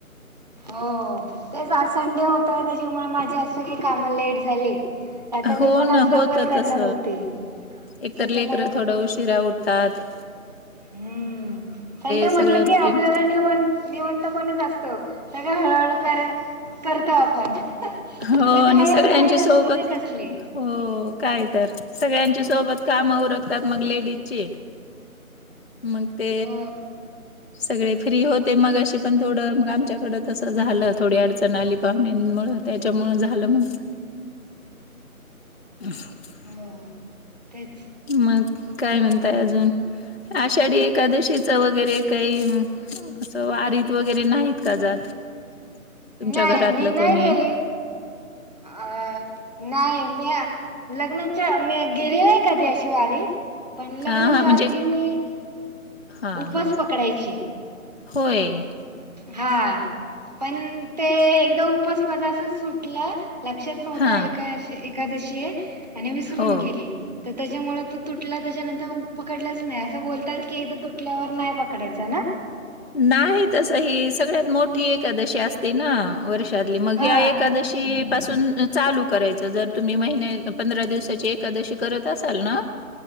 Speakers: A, on the right (about 30°); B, on the left (about 45°).
A: हो, तेच आज संडे होता, त्याच्यामुळे माझे आज सगळी काम लेट झाले. आता
B: हो
A: मी पण
B: ना,
A: आज लवकर
B: होत
A: करणार
B: तस,
A: होते
B: एकतर
A: त्याच्यामुळं
B: लेकर थोडं उशीरा ऊठतात.
A: हम्म. संडे म्हटल
B: सगळं
A: की,
B: रुटीन
A: आपल्याला निवाण-निवांतपणेच असत, सगळ हळूहळू कराय करतो आपण.
B: हो
A: कुठे घाई
B: आणि सगळ्यांची
A: घाई नसते
B: सोबत
A: ना कसली
B: हो काय तर, सगळ्यांची सोबत कामं उरकतात, मंग लेडीजची. मग
A: हो
B: ते, सगळे फ्री होते, मघाशी पण थोडं, मग आमच्याकड तस झालं, थोडी अडचण आली, पाहुण्यामुळ, त्याच्यामुळं झालं मग <inaudible>
A: हां, तेच
B: मग, काय म्हणताय अजून? आषाढी एकादशीच वगैरे काही? अस वारीत वगैरे नाहीत का, जात? तुमच्या
A: नाही,
B: घरातलं
A: मी नाही
B: कोणी
A: गेली आ नाही, म्या लग्नाच्या म्या गेलेली नाही कधी अशी वारीत पण लग्नाच्या
B: हा हा म्हणजे
A: आधी मी
B: हा
A: उपास
B: हा
A: पकडायची.
B: होय.
A: हा पण ते एकदा उपास माजा असाच सुटला, लक्षात नव्हता
B: हा
A: एका एकादशी हाय आणि विसरून
B: हो
A: गेली. तर त्याच्यामुळे तो तुटला, त्याच्यानंतर पकडलाच नाही. असं बोलतात की, एकदा तुटल्यावर नाही पकडायचं ना?
B: नाही तस, ही सगळ्यात मोठी एकादशी असते ना, वर्षातली मग
A: हा
B: ह्या एकादशी की पासून चालू करायच. जर तुम्ही महिन्या पंधरा दिवसाची एकादशी करत असाल ना